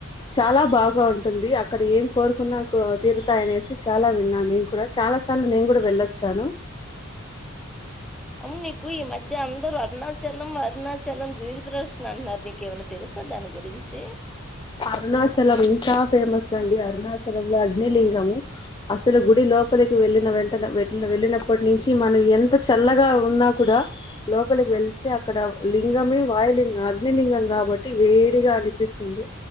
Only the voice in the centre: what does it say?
అవున్ నీకు ఈ మధ్య అందరూ అరుణాచలం అరుణాచలం గిరి ప్రదశ్న అంటన్నారు నీకేమన్న తెలుసా దాని గురించి